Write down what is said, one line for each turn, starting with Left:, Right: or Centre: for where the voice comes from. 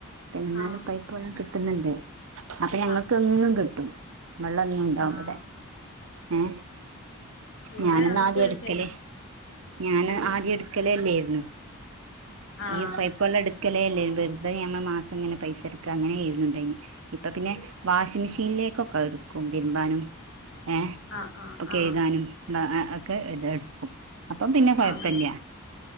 Right: എന്നാലും
Left: ആഹ്
Right: പൈപ്പ് വെള്ളം കിട്ടുന്നുണ്ട് അപ്പ ഞങ്ങക്കെന്നും
Left: ആഹ്
Right: കിട്ടും വെള്ളെന്നുണ്ടാവും
Left: ആഹ്
Right: ഇവിടെ ഏ.
Left: ഇവിടെ
Right: ഞാനെന്നാദ്യ
Left: ഞങ്ങക്ക്
Right: എട്ക്കല്
Left: ചില
Right: ഞാന്
Left: എന്ത്
Right: ആദ്യം എടുക്കലെ അല്ലോയ്ന്നു.
Left: ആഹ്
Right: ഈ പൈപ്പള്ളം എടുക്കലെ ല്ലേയ്ന്നു വെർതെ ഞമ്മള് മാസം ഇങ്ങനെ പൈസ എട്ക്കാ അങ്ങനെയ്ന്നുണ്ടായിന്ന്. ഇപ്പ പിന്നെ വാഷിമിഷീൻലേക്കൊക്കെ ഇട്ക്കും തിരുമ്പാനും. ഏഹ്
Left: ആഹ് ആഹ്
Right: പ്പ കെഴുകാനും
Left: ആഹ്
Right: ഒക്കെ ഇത് എടുക്കും. അപ്പൊ പിന്നെ കൊഴപ്പില്ലൃ.
Left: ആഹ്